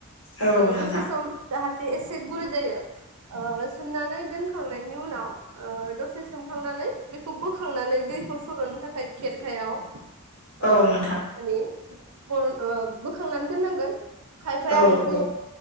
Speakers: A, on the left; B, on the right.
A: औ
B: ओ
A: नोंथां
B: दसे सम जाहाथे गुरै जायो ओ सोमनानै दोनखांनायनि उनाव ओ दसे सोमखांनानै बेखौ बोखांनानै दैखौ सर'नो थाखाय खेरखायाव ओ
A: औ नोंथां
B: माने बरन ओ बोखांनानै दोननांगोन खायफाया
A: औ
B: बेखौ
A: औ